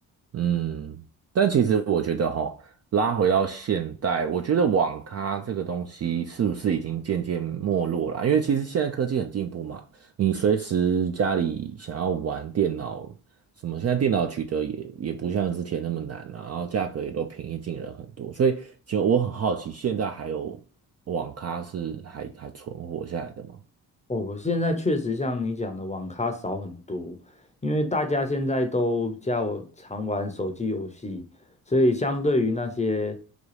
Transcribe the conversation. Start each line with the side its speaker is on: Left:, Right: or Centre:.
Right: 嗯，但其实我觉得哈，拉回到现代，我觉得网咖这个东西是不是已经渐渐没落了啊？因为其实现在科技很进步嘛，你随时家里想要玩电脑什么，现在电脑取得也也不像之前那么难了、啊然后价格也都平易近人很多，所以其实我很好奇，现在还有网咖是还还存活下来的吗？
Left: 我现在确实像你讲的，网咖少很多，因为大家现在都加我常玩手机游戏，所以相对于那些